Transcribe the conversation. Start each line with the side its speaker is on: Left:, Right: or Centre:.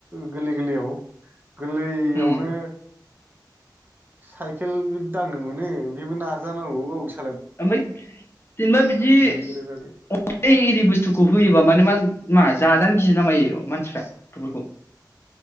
Right: गोलै गोलैयाव गोरलैयावनो
Left: उम
Right: साइकेल बि दांनो मोनो बेबो नारजानांगौ गावस।
Left: ओमफ्राय जेनेबा बिदि
Right: बिग्रोनानै
Left: अ इरि बुस्थुखौ होयोबा माने मा मा जाजानो गियो ना मायो? मानसिफ्रा गथ'फोरखौ।